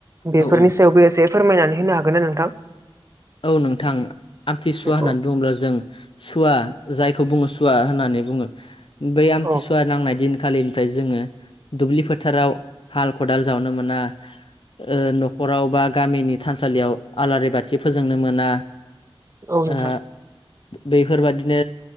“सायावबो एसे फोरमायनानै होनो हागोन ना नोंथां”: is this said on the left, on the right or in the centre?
Right